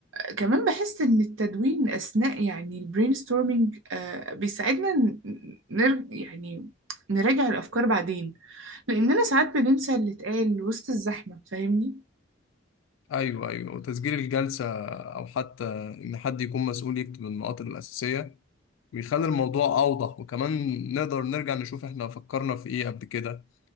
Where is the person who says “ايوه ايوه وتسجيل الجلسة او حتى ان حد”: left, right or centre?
Left